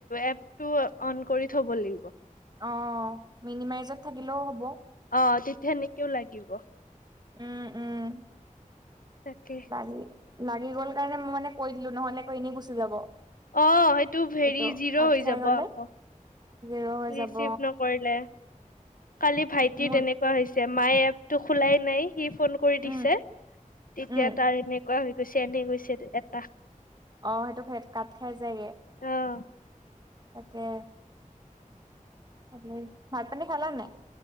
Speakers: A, on the left; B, on the right.
A: এপটো অন কৰি থব লাগিব।
B: অ', মিনিমাইজত থাকিলেও হ'ব।
A: অ', তেতিয়া এনেকেও লাগিব।
B: উম-উম।
A: তাকে।
B: লাগি- লাগি গ'ল কাৰণে মই মানে কৈ দিলোঁ নহলে আকৌ এনেই গুচি যাব।
A: অ', সেইটো হেৰি
B: এইটো
A: জিৰো
B: কাট
A: হৈ
B: খাই
A: যাব
B: গ'লে
A: আকৌ।
B: জিৰ' হৈ
A: ৰিচিভ
B: যাব
A: নকৰিলে, কালি ভাইটি
B: মোৰ
A: তেনেক তেনেকুৱা হৈছে, মায়ে এপটো খোলাই নাই সি ফোন কৰি দিছে,
B: উম
A: তেতিয়া
B: উম
A: তাৰ এনে এনেকুৱা হৈ গৈছে, এনেই গৈছে এটা <unintelligible>
B: অ', সেইটো <unintelligible> কাত খাই যায়গে।
A: অ'।
B: তাকে উম, ভাত পানী খালা নাই?